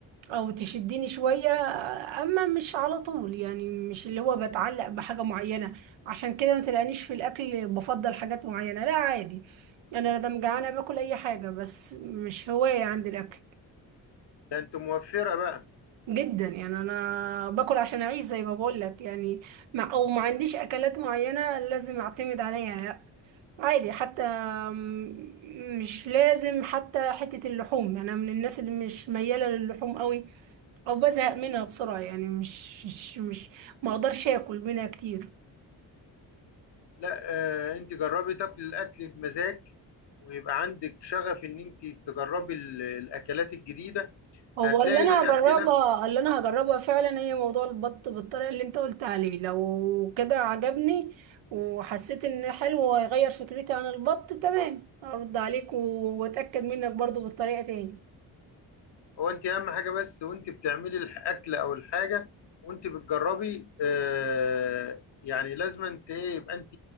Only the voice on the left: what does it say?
ده انت موفرة بقى
لا آه انت جربي تاكل الاكل بمزاج ويبقى عندك شغف ان انت تجربي ال- الاكلات الجديدة
هتلاقي
للاكل
نفسه
هو انت اهم حاجه بس وانت بتعملي الاكل او الحاجه وانت بتجربي آه يعني لازم انت ايه يبقى انت